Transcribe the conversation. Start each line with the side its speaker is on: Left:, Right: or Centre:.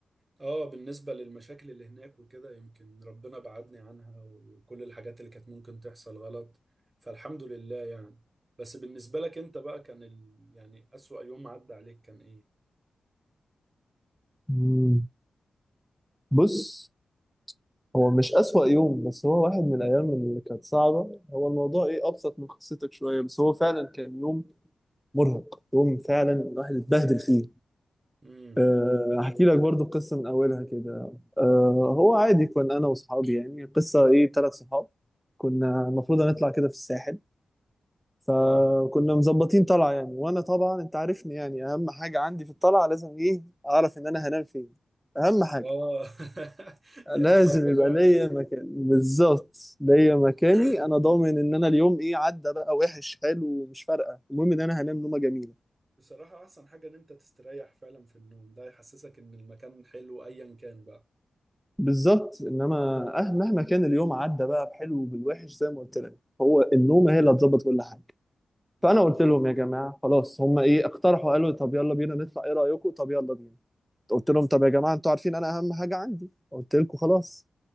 Right: اه بالنسبة للمشاكل اللي هناك وكده يمكن ربنا بعدني عنها وكل الحاجات اللي كانت ممكن تحصل غلط فالحمد لله يعني بس بالنسبة لك انت بقى كان ال... يعني اسوأ يوم عدى عليك كان ايه؟
Centre: مم. بص هو مش أسوأ يوم بس هو واحد من الأيام اللي كانت صعبة هو الموضوع إيه أبسط من قصتك شوية بس هو فعلا كان يوم مرهق يوم فعلا الواحد اتبهدل فيه
Right: امم
Centre: آه، هحكي لك برضو قصة من أولها كده أه هو عادي كنا أنا وصحابي يعني قصة إيه ثلاث صحاب كنا المفروض هنطلع كده في الساحل فكنا
Right: اه
Centre: مظبطين طلعة يعني وأنا طبعا أنت عارفني يعني أهم حاجة عندي في الطلعة لازم إيه أعرف إن أنا هنام فين أهم حاجة
Right: اه <laughs> دي
Centre: لازم
Right: اهم حاجة فعلا
Centre: يبقى ليا مكان بالظبط ليا مكاني
Right: <laughs>
Centre: أنا ضامن إن أنا اليوم إيه عدى بقى وحش حلو مش فارقة المهم إن أنا هنام نومة جميلة
Right: بصراحة أحسن حاجة إن أنت تستريح فعلا في النوم ده يحسسك إن المكان حلو أيا كان بقى
Centre: بالظبط انما أه- مهما كان اليوم عدى بقى بحلو وبالوحش زي ما قلت لك هو النوم هي اللي هتظبط كل حاجه فانا
Right: امم
Centre: قلت لهم يا جماعه خلاص هم ايه اقترحوا قالوا طب يلا بينا نطلع ايه رايكم طب يلا بينا قلت لهم طب يا جماعه انتوا عارفين انا اهم حاجه عندي قلت لكم خلاص